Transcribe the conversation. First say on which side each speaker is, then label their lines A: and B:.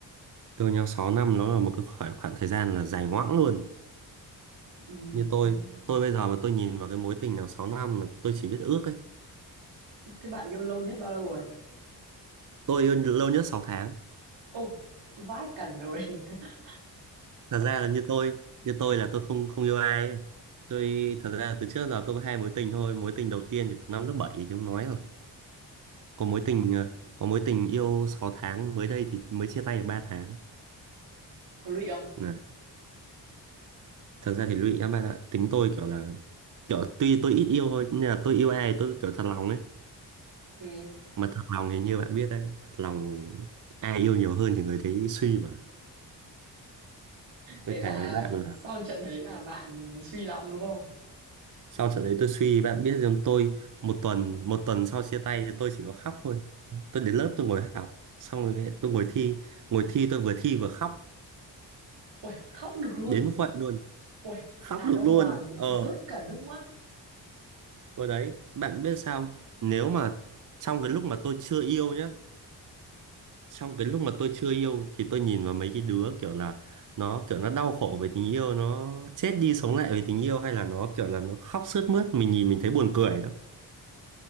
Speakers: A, on the right; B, on the right.
A: Yêu nhau 6 năm nó là một cái khoảng, khoảng thời gian là dài ngoãng luôn.
B: Ừm,
A: Như tôi, tôi bây giờ mà tôi nhìn vào cái mối tình nào 6 năm mà tôi chỉ biết ước ấy.
B: thế bạn yêu lâu nhất bao lâu rồi?
A: Tôi yêu lâu nhất 6 tháng.
B: Ô, vãi cẩn rồi <laughs>
A: Thật ra là như tôi, như tôi là tôi không không yêu ai ấy. Tôi thật ra là từ trước giờ tôi có hai mối tình thôi. Mối tình đầu tiên thì từ năm lớp 7 thì không nói rồi. có mối tình ờ, có mối tình yêu 6 tháng mới đây thì mới chia tay được ba tháng
B: Có lụy không?
A: Nè, thật ra thì lụy các bạn ạ tính tôi kiểu là kiểu tuy tôi ít yêu thôi nhưng là tôi yêu ai tôi kiểu thật lòng ấy
B: Ừ.
A: mà thật lòng thì như bạn biết đấy thật lòng ai yêu nhiều hơn thì người đấy suy mà tôi
B: Thế
A: thề
B: là
A: với bạn là
B: sau trận đấy là bạn suy lòng đúng không?
A: sau trận đấy tôi suy bạn biết rằng tôi một tuần một tuần sau chia tay thì tôi chỉ có khóc thôi tôi đến lớp tôi ngồi học xong rồi tôi ngồi thi ngồi thi tôi vừa thi vừa khóc
B: Ôi, khóc được luôn.
A: đến mức vậy luôn
B: Ôi,
A: khóc
B: đàn
A: được
B: ông
A: luôn
B: mà
A: ờ
B: rớt cả nước mắt.
A: Rồi đấy, bạn biết sao không? Nếu mà trong cái lúc mà tôi chưa yêu nhá, trong cái lúc mà tôi chưa yêu thì tôi nhìn vào mấy cái đứa kiểu là nó kiểu nó đau khổ về tình yêu, nó chết đi sống lại về tình yêu hay là nó kiểu là nó khóc sướt mướt, mình nhìn mình thấy buồn cười lắm.